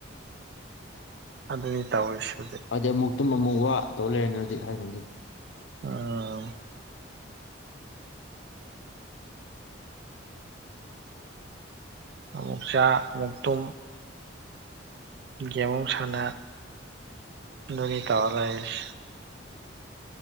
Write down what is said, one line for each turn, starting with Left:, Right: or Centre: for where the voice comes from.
Right: ꯑꯗꯨꯅꯤ ꯇꯧꯔꯤꯁꯤ ꯍꯧꯖꯤꯛ
Left: ꯍꯥꯏꯗꯤ ꯑꯃꯨꯛ ꯇꯨꯝꯕ ꯑꯃꯨꯛ ꯋꯥ ꯇꯧ ꯂꯩꯔꯅ ꯃꯗꯤ ꯍꯥꯏꯒꯟꯗꯦ
Right: ꯑꯥ ꯑꯃꯨꯛ ꯆꯥ ꯑꯃꯨꯛ ꯇꯨꯝ ꯒꯦꯝ ꯑꯃꯨꯛ ꯁꯥꯟꯅ ꯑꯗꯨꯅꯤ ꯇꯧꯔꯥ ꯂꯩꯔꯤꯁ